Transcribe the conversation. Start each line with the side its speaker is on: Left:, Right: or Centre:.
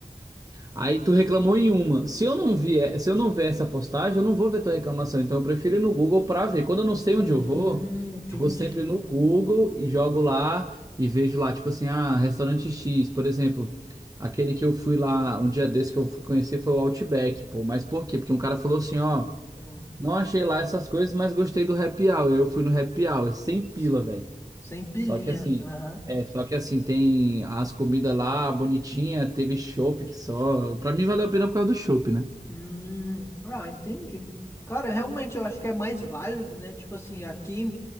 Right: Aí tu reclamou em uma. Se eu não vier, se eu não ver essa postagem, eu não vou ver tua reclamação. Então eu prefiro ir no Google pra ver. Quando eu não sei
Left: Hum,
Right: onde eu vou,
Left: entendi.
Right: eu vou sempre no Google e jogo lá e vejo lá, tipo assim, ah, restaurante X, por exemplo. Aquele que eu fui lá um dia desse que eu fui conhecer foi o Outback, pô. Mas por quê? Porque um cara falou assim, ó,
Left: Hum,
Right: não achei lá essas coisas, mas gostei do Happy Hour. Eu fui no Happy Hour, sem
Left: sim.
Right: pila, velho.
Left: Sem pilinha.
Right: Só que assim,
Left: Aham.
Right: é, só que assim, tem as comidas lá bonitinha, teve chopp que só. Pra mim valeu a pena por causa do chopp, né?
Left: Hum, ah, entendi. Cara, realmente eu acho que é mais válido, né? Tipo assim, aqui